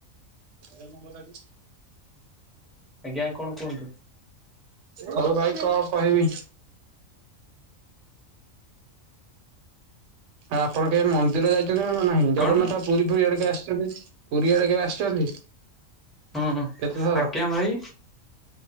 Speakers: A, on the right; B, in the centre.
A: ଏ ନମ୍ବର ଟାକୁ।
B: ଆଜ୍ଞା କଣ କୁହନ୍ତୁ?
A: ହଉ ଭାଇ କଣ କହିବି? ଆପଣ କେ ମନ୍ଦିର ଯାଇ ଚନୀ ନା ନାହିଁ। ଜଗନ୍ନାଥ
B: କଣ
A: ପୁରୀ ଫୁରୀ ଆଡେ କେବେ ଆସିଛନ୍ତି? ପୁରୀ ଆଡେ କେବେ ଆସିଛନ୍ତି?
B: ହଁ ଅ
A: କେତେଥର?
B: ଆଜ୍ଞା ଭାଇ।